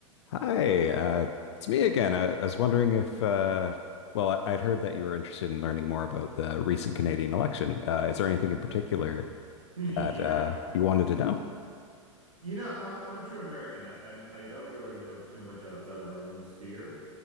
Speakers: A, on the left; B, on the right.
A: Hi, uh, it's me again. I, I was wondering if, uh, well, I, I'd heard that you were interested in learning more about the recent Canadian election. Uh, is there anything in particular
B: <laughs>
A: that
B: Yeah.
A: uh, you wanted to know?
B: You know, I'm I'm a true American. I, I'm I don't really know too much outside of my own sphere,